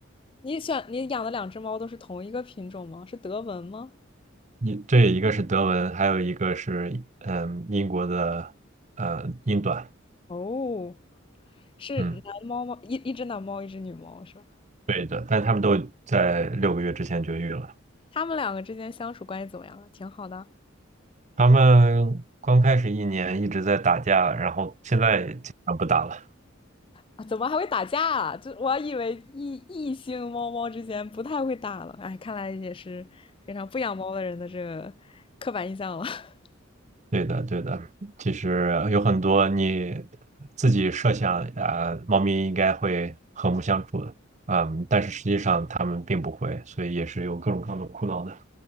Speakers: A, on the left; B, on the right.
A: 你选你养的两只猫都是同一个品种吗？是德文吗？
B: 你这一个是德文，还有一个是嗯英国的呃英短，
A: 哦。是男猫吗？
B: 嗯，
A: 一一只男猫，一只女猫是吧？
B: 对的，但他们都在六个月之前绝育了。
A: 他们两个之间相处关系怎么样啊？挺好的
B: 他们刚开始一年一直在打架，然后现在基本上不打了。
A: 啊？怎么还会打架啊？就我还以为异异性猫猫之间不太会打了，哎，看来也是非常不养猫的人的这个刻板印象了。<laughs>
B: 对的，对的，其实有很多你自己设想啊，猫咪应该会和睦相处的，嗯，但是实际上它们并不会，所以也是有各种各样的苦恼的。